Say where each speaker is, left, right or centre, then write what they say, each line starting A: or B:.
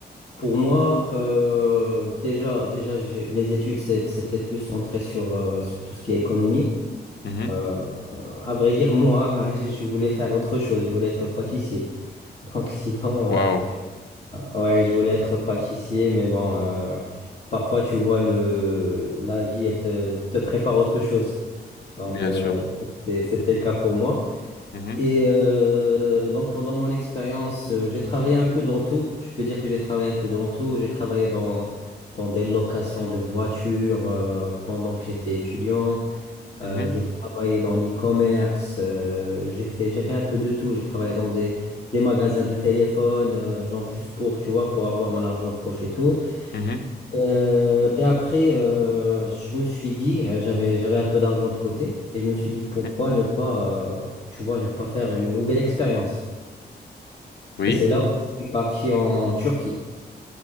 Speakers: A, on the left; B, on the left.
A: pour moi, euh, déjà, déjà, j'ai- mes études, c'est- c'était plus centré sur, euh, sur tout ce qui est économie.
B: Mhm.
A: Euh, euh, à vrai dire, moi, <laughs> je voulais faire autre chose, je voulais être pâtissier. Donc, sinon. euh,
B: Waouh,
A: Ouais, je voulais être pâtissier, mais bon, euh, parfois tu vois le la vie elle te, te prépare autre chose. Donc
B: bien
A: euh,
B: sûr.
A: et c'était le cas pour moi.
B: Mhm.
A: Et euh, donc pendant mon expérience, euh, j'ai travaillé un peu dans tout. Je peux dire que j'ai travaillé un peu dans tout. J'ai travaillé dans dans des locations de voitures euh, pendant que j'étais étudiant.
B: Mhm.
A: Euh, j'ai travaillé dans l'e-commerce, euh, j'ai fait, j'ai fait un peu de tout. J'ai travaillé dans des, des magasins de téléphone, euh, genre juste pour, tu vois, pour avoir mon argent de poche et tout.
B: Mhm.
A: Euh, et après, euh, je me suis dit, euh, j'avais, j'avais un peu d'argent de côté, et je me suis dit, pourquoi
B: Mhm.
A: ne pas, euh, tu vois, ne pas faire une nouvelle expérience.
B: Oui,
A: Et c'est là où je suis parti en Turquie.